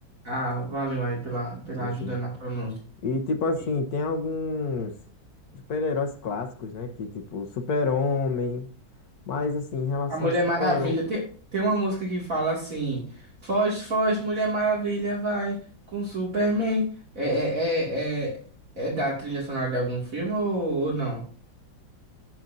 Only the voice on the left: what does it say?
Sim,
sim.
E tipo assim,
tem alguns super-heróis clássicos, né? Que tipo, Super-Homem. Mas assim, em relação
ao Super-Homem.